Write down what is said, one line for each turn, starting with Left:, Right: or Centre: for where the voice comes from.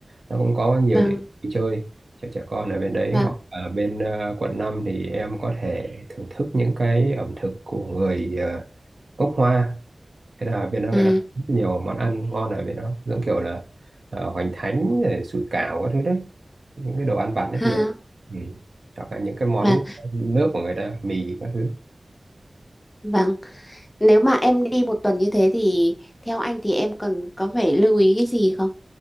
Right: nó cũng có nhiều
Left: vâng,
Right: điểm vui chơi cho trẻ con ở bên đấy
Left: vâng.
Right: hoặc ở bên ờ, quận 5 thì em có thể thưởng thức những cái ẩm thực của người ờ, gốc Hoa thế là bên đó người
Left: À
Right: ta có rất nhiều món ăn ngon ở bên đó giống kiểu là ờ, hoành thánh rồi sủi cảo các thứ đấy những cái đồ ăn vặt đấy
Left: ha.
Right: nhiều ừ. hoặc là những cái món
Left: Vâng.
Right: nước của người ta mì các thứ
Left: Vâng. Nếu mà em đi một tuần như thế thì theo anh thì em cần có phải lưu ý cái gì không?